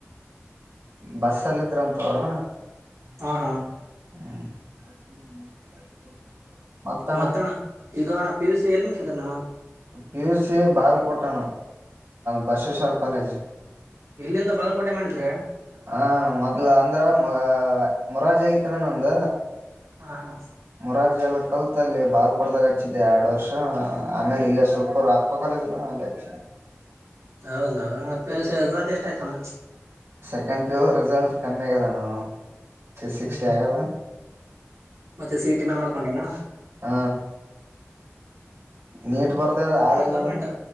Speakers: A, on the right (about 60°); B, on the right (about 85°).
A: ಬಸ್ಸಲ್ಲ ಇದ್ರಂತವರ
B: ಹಾ ಹಾ
A: ಹ್ಮ್ ಮತ್ತಣ
B: ಮತ್ತ ಅಣ್ಣ ಈಗ ಅಣ್ಣ ಪಿ ಯು ಸಿ ಎಲ್ಲಿ ಮುಕ್ಸಿದ ನೀವ
A: ಪಿ ಯುಸ್ಸ ಬಾಲಕೋಟಣ ಬಸವೇಶ್ವರ್ ಕಾಲೇಜ್
B: ಇಲ್ಲಿಂದ ಬಗಲ್ಕೋಟೆ ಮಾಡಿದ್ರೆ
A: ಹಾ ಮೊದ್ಲ ಅಂದ್ರ ಮ ಮೊರಾಜ ಆಗತ್ತಣ್ಣ ನಂದ
B: ಹಾ ಹಾ
A: ಮೊರಾರ್ಿ ಎಲ್ಲ ಕಲ್ತಲ್ಲೇ ಬಾಲ ಕೊಡ್ದಾಗ ಹಚ್ಚಿದ್ದೆ ಎರಡ್ ವರ್ಷ ಆಮೇಲೆ ಇಲ್ಲ ಸುರ್ಕುರ್ ಅಪ್ಪ ಕಾಲೇಜ ಎಲ್ಲ ಅಲ್ಲೇ ಹಚ್ಚ
B: ಹೌದ ಸೇ ಇಷ್ಟ ಆಣ
A: ಸೆಕೆಂಡ್ ಪ್ಯೂರ್ ರಿಸಲ್ಟ್ ಕಮ್ಮಿ ಆಗದಣ್ಣ ಸಿಕ್ಸ್
B: ಹ್ಮ್
A: ಡಿ
B: ಹ್ಮ್
A: ಆಗದ
B: ಮತ್ತೆ ಸೀಟಿ ಮಾ ಮಾಡ್ಕೊಂಡಲ್ಲಣ
A: ಹ ನೀಟ್ ಬರ್ದ ಅದ ಹಾಲಲ್ಲಣ
B: ಗೌರ್ಮೆಂಟ್